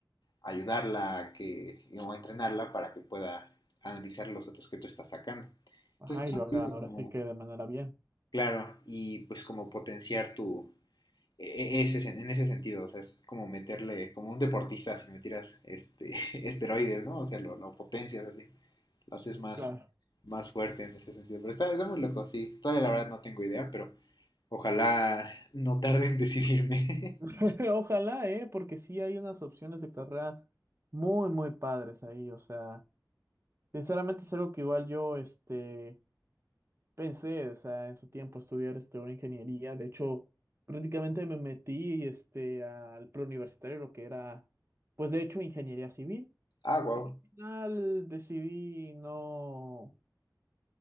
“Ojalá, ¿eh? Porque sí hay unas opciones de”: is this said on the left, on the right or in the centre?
Right